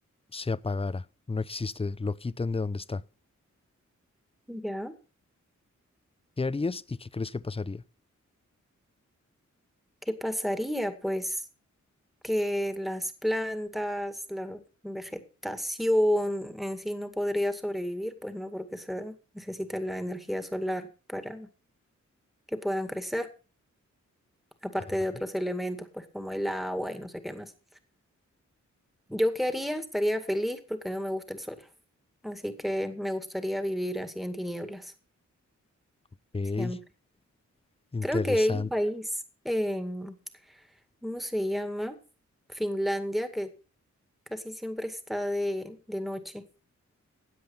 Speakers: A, on the left (about 20°); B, in the centre.
A: se apagara? No existe, lo quitan de donde está.
B: Ya.
A: ¿Qué harías y qué crees que pasaría?
B: ¿Qué pasaría, pues? que las plantas, la vegetación en sí no podría sobrevivir, pues no, porque se necesita la energía solar para que puedan crecer, aparte
A: Ah,
B: de otros elementos, pues como el agua y no sé qué más. ¿Yo qué haría? Estaría feliz porque no me gusta el sol, así que me gustaría vivir así en tinieblas,
A: ok,
B: siempre.
A: interesante.
B: Creo que hay un país en, ¿cómo se llama? Finlandia, que casi siempre está de, de noche.